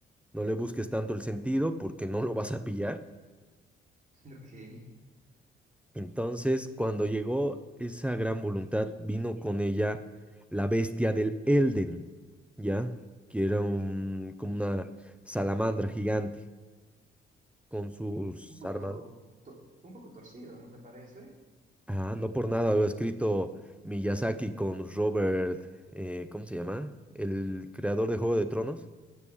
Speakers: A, in the centre; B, on the right.
A: No le busques tanto
B: Ya,
A: el sentido
B: <laughs>
A: porque no lo vas a pillar,
B: ok.
A: Entonces, cuando llegó esa gran voluntad, vino con ella la bestia del Elden, ¿ya? Que era un, como una salamandra gigante con sus
B: Un poco,
A: armas.
B: to- un poco torcido, ¿no te parece?
A: Ah, no por nada lo ha escrito Miyazaki con Robert, eh, ¿cómo se llama? El creador de Juego de Tronos.